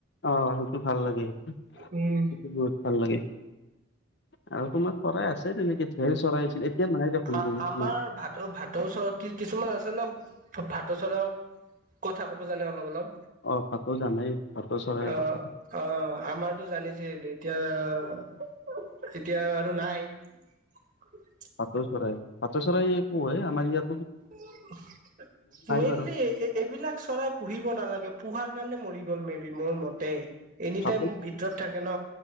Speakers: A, on the left (about 60°); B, on the right (about 40°).
A: অহ ', সেইটো ভাল লাগে
B: উম।
A: সেইটো বহুত ভাল লাগে। আৰু অকনমান চৰাই আছে তেনেকে। ঢেৰ চৰাই আছিল এতিয়া নাই দেখোন
B: আঁ
A: বহুত
B: - আমাৰ
A: নাই
B: ভাটৌ ভাটৌ চৰ কিছুমান আছে ন। ভাতৌ চৰাইও কথা ক'ব জানে অলপ - অলপ।
A: অ ভাতো জানাই ভাটৌ চৰাই
B: অহ
A: কথা
B: ',- অহ ', আমাৰটো জানিছে এতিয়া - এতিয়া আৰু আৰু নাই। <inaudible>
A: ভাটৌ চৰাই - ভাটৌ চৰাই এ পূঢ়ে আমাৰ ইয়াত।
B: মেইনলি
A: বাৰু
B: এইবিলাক চৰাই পুঢ়িব নালাগে পোহাৰ কাৰণে মৰি ল মে বি মোৰ মতে এনি
A: ভাটৌটো
B: টাইম ভিতৰত থাকে ন।